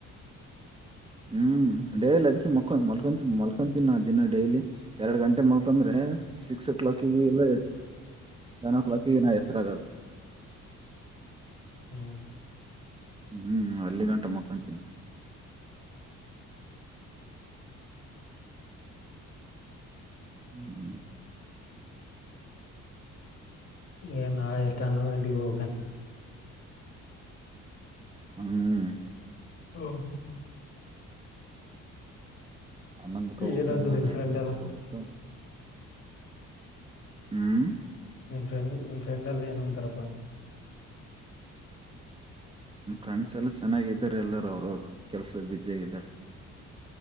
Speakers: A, on the right; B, on the left.
A: ಹ್ಮ್ ಡೈಲಿ ಅದಕ ಮಕ್ಕೊಂಡ ಮಲ್ಕೊಂತ ಮಲ್ಕೊಂತೀನ್ ನಾ ದಿನ ಡೈಲಿ ಎರಡ್ ಗಂಟೆ ಮಲ್ಕಂದ್ರೆ ಸಿಕ್ಸ್ ಓ ಕ್ಲಾಕಿಗೆ ಇಲ್ಲ ಸೆವೆನ್ ಓ ಕ್ಲಾಕಿಗೆ ನಾ ಎಚ್ಚರ ಆಗೋದು
B: ಹ್ಮ್
A: ಹ್ಮ್ ಅಲ್ಲಿ ಗಂಟ ಮಕ್ಕೊಂತೀನಿ ಹ್ಮ್
B: ಏ ನಾಳೆ ಎಷ್ಟನ ಹನೋಂದ ಗಂಟೆಗ ಹೋಗಬೇಕನ
A: ಹ್ಮ್
B: ಹಾ
A: ಹನಂದಕ್ಕ ಹೋಗ್ಬೇಕು
B: ಏನಾತದೆ
A: ಎಲ್ಲಾ
B: ನಿಮ್
A: ನೈಟ್
B: ಫ್ರೆಂಡ್
A: ಬಸ್ಸಿಗೆ
B: ಎಲ್ಲ
A: ಹೋಗ್ಬೇಕು ಹ್ಮ್
B: ನಿಮ್ ಫ್ರೆಂಡ್ಮ್ ಫ್ರೆಂಡ್ ಎಲ್ಲಿ ಏನಂತಾರಪ್ಪ ಅಂದೇ
A: ಫ್ರೆಂಡ್ಸ್ ಎಲ್ಲ ಚೆನ್ನಾಗಿದ್ದಾರೆ ಎಲ್ಲರ ಅವ್ರು ಅವರು ಕೆಲ್ಸದಲ್ಲಿ ಬಿುಸಿ ಆಗಿದ್ದಾರೆ